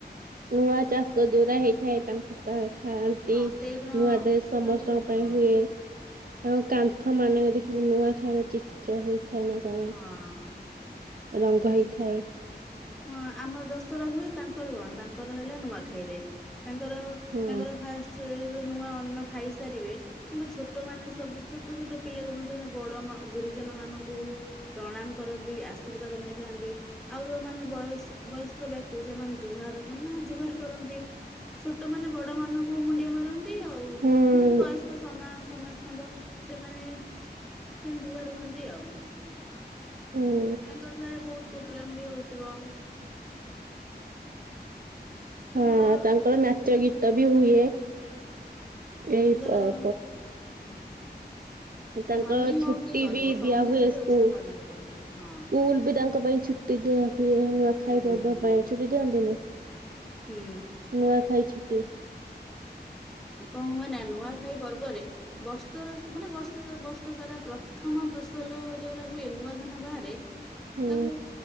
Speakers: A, on the right; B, in the centre.
A: ନୂଆ ଚାଷ ଯୋଉରା ହେଇଥାଏ ତାଙ୍କୁ ନୂଆଖାଆନ୍ତି
B: ହଁ ସେଇଦିନ
A: ନୂଆ ଡ୍ରେସ୍
B: ସେ
A: ସମସ୍ତଙ୍କ
B: ତାଙ୍କର ହଁ
A: ପାଇଁ ହୁଏ। ତାଙ୍କ କାନ୍ଥ ମାନଙ୍କରେ ଦେଖିବୁ ନୂଆଖାଇର ଚିତ୍ର ହେଇଥାଏ ନା କଣ?
B: ହଁ।
A: ରଙ୍ଗ ହେଇଥାଏ।
B: ହଁ ଆମର ଦଶହରା ହୁଏ। ତାଙ୍କର କଣ ତାଙ୍କର ହେଲା ନୂଆଖାଇରେ। ତାଙ୍କର
A: ହଁ
B: ତାଙ୍କର ଫାଷ୍ଟ ନୂଆ ଅନ୍ନ ଖାଇସାରିବେ। ତାଙ୍କ ଛୋଟ ମାନେ ସବୁ ଛୋଟ ଛୋଟ ପିଲା ଯେ ସେମାନେ ବଡ଼ ଗୁରୁଜନ ମାନଙ୍କୁ ପ୍ରଣାମ କରନ୍ତି, ଆଶୀର୍ବାଦ ନେଇଥାନ୍ତି, ଆଉ ଯୋଉମାନେ ବୟସ ବୟସ୍କ ବ୍ୟକ୍ତି ସେମାନେ ଜୁହାର ମାନେ ଜୁହାର କରନ୍ତି। ଛୋଟ ମାନେ ବଡ଼ ମାନଙ୍କୁ ମୁଣ୍ଡିଆ ମାରନ୍ତି ଆଉ
A: ହୁଁ
B: ମାନେ ବୟସ୍କ ସମା ସମାଜ ସେମାନେ ସେମାନେ ଜୁହାର ହୁଅନ୍ତି ଆଉ।
A: ହୁଁ
B: ତାଙ୍କ ସାହିରେ ବହୁତ ପୋଗ୍ରାମ ବି ହୋଉଥିବ। ତାଙ୍କର
A: ହଁ ତାଙ୍କର ନାଚ
B: ତାଙ୍କର
A: ଗୀତ ବି ହୁଏ। ଏଇ
B: ଗଲ?
A: ପ-
B: ହୁଁ।
A: ତାଙ୍କ
B: ଧନୀ
A: ଛୁଟି
B: ହଉ କି ଗରିବ
A: ବି ଦିଆ
B: ସମସ୍ତେ
A: ହୁଏ ସ୍କୁଲ।
B: ଓଷା ପାଳନ କରନ୍ତି ହଁ।
A: ସ୍କୁଲ ବି ତାଙ୍କ ପାଇଁ ଛୁଟି ଛୁଟି ଦିଆ ହୁଏ। ନୂଆ
B: ହୁଁ
A: ଖାଇ ପର୍ବ ପାଇଁ ଛୁଟି ଦିଅନ୍ତିନି?
B: ହୁଁ।
A: ନୂଆ ଖାଇଛୁଟି।
B: କଣ ହୁଏ ନା ନୂଆଖାଇ ପର୍ବରେ ବର୍ଷର ମାନେ ବର୍ଷ ବର୍ଷ ସାରା ପ୍ରଥମ ଫସଲ ଯୋଉରା ହୁଏ ନୂଆ ଧାନ ବାହାରେ
A: ହୁଁ
B: ତାକୁ